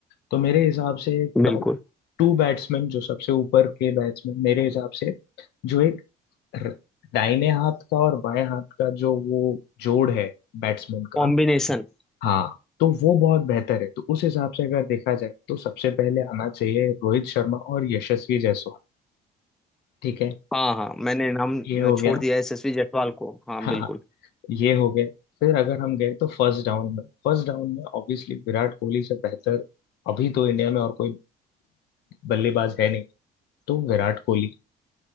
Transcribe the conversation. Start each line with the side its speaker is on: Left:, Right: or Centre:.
Left: तो मेरे हिसाब से
Centre: बिल्कुल
Left: टॉप टू बैट्समैन जो सबसे ऊपर के बैट्समैन मेरे हिसाब से जो एक र- दाहिने हाथ का और बाएं हाथ का जो वो जोड़ है बैट्समैन का
Centre: कॉम्बिनेशन
Left: हाँ तो वो बहुत बेहतर है तो उस हिसाब से अगर देखा जाए तो सबसे पहले आना चाहिए रोहित शर्मा और यशस्वी जायसवाल ठीक है
Centre: हाँ हाँ मैंने नाम
Left: ये हो
Centre: छोड़
Left: गया
Centre: दिया यशस्वी जायसवाल को हाँ
Left: हाँ
Centre: बिल्कुल
Left: हाँ, ये हो गया फिर अगर हम गए तो फर्स्ट डाउन में फर्स्ट डाउन में ऑब्वियसली विराट कोहली से बेहतर अभी तो इंडिया में और कोई बल्लेबाज है नहीं तो Virat Kohli